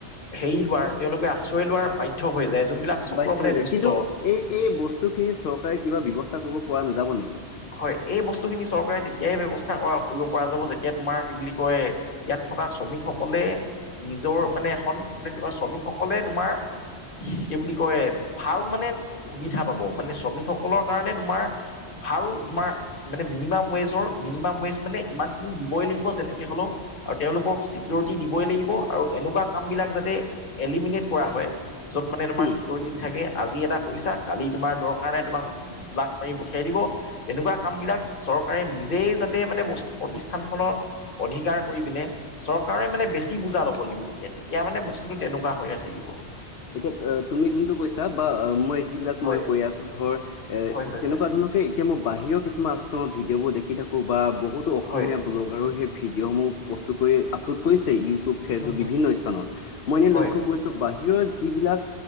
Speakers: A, on the left (about 50°); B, on the left (about 65°).
A: হেৰি হোৱাৰ, তেওঁলোকে আশ্ৰয় লোৱাৰ বাধ্য হৈ যায়, যোনবিলাক চক্ৰ
B: বাধ্য
A: মানে
B: হৈ যায়।
A: দুষ্ট
B: কিন্তু এই এই বস্তু খিনি চৰকাৰে কিবা ব্যৱস্থা কৰিব পৰা নাযাব নেকি?
A: হয়, এই বস্তুখিনি চৰকাৰে তেতিয়াই ব্যৱস্থা কৰা কৰিব পৰা যাব, যেতিয়া তোমাৰ কি বুলি কয় ইয়াত থকা শ্ৰমিকসকলে নিজৰ মানে এখন, মানে তোমাৰ শ্ৰমিকসকলে তোমাৰ কি বুলি কয় ভাল মানে সুবিধা পাব, মানে শ্ৰমিকসকলৰ কাৰণে তোমাৰ ভাল তোমাৰ মানে মিনিমাম ৱেজৰ, মিনিমাম ৱেজ মানে ইমানখিনি দিবই লাগিব যেনেকে হ'লেও আৰু তেওঁলোকক চিকৰিটি দিবই লাগিব, আৰু এনেকুৱা কাম বিলাক যাতে এলিমিনেট কৰা হয় য'ত মানে তোমাৰ
B: উম
A: চিকৰিটি নাথাকে, আজি এটা কৰিছা কালি তোমাৰ দৰকাৰ নাই তোমাক লাট মাৰি খেদিব এনেকুৱা কামবিলাক চৰকাৰে নিজেই যাতে মানে বস্তু প্ৰতিষ্ঠানখনত অধিকাৰ কৰি পিনে চৰকাৰে মানে বেছি বুজা ল'ব লাগিব তেতিয়া- তেতিয়া মানে বস্তুটো তেনেকুৱা হৈ নাথাকিব।
B: এতিয়া অ, তুমি যোনটো কৈছা বা মই যিবিলাক
A: হয়
B: মই কৈ আছো ধৰ এ
A: হয় হয়
B: তেনেকুৱা
A: হয়
B: ধৰণৰ এতিয়া মই বাহিৰৰ কিছুমান আশ্ৰমৰ ভিডিঅ' বোৰ দেখি থাকো, বা বহুতো অসমীয়া
A: হয় হয়
B: ব্ল আৰু সেই ভিডিঅ'সমূহ প্ৰস্তুত কৰি আপলোড কৰিছে ইউটিউব ফেচবুক
A: হয় হয়
B: বিভিন্ন স্থানত, মই এনে
A: হয়
B: লক্ষ কৰিছো বাহিৰৰ যিবিলাক